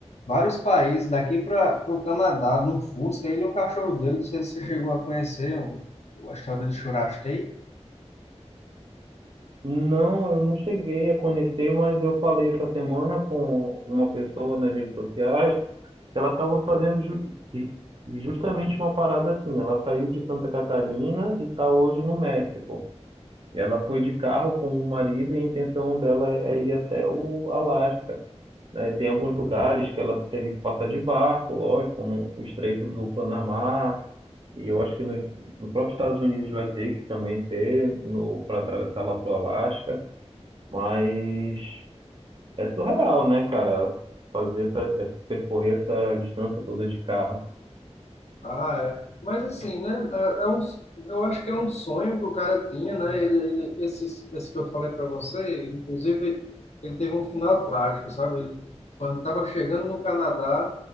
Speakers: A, on the left; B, on the right.
A: vários países, daqui para o Canadá, num Fusca, ele e um cachorro dele, não sei se você chegou a conhecer o- a história de Churastei.
B: Não, eu não cheguei a conhecer, mas eu falei essa semana com uma pessoa nas redes sociais, que ela estava fazendo ju- ju- justamente uma parada assim. Ela saiu de Santa Catarina e está hoje no México. E Ela foi de carro com o marido e a intenção dela é ir até o Alasca. né? Tem alguns lugares que ela teve que passar de barco, lógico, como o Estreito do Panamá, e eu acho que no, no próprio Estados Unidos vai ter que também ter para atravessar lá para o Alasca, mas é surreal, né, cara? Fazer essa, essa- percorrer essa distância toda de carro.
A: Ah, é. Mas assim, né? É é um, eu acho que é um sonho que o cara tinha, né? Ele, ele, esses, esse que eu falei para você, inclusive, ele teve um final trágico, sabe? Ele, quando estava chegando no Canadá,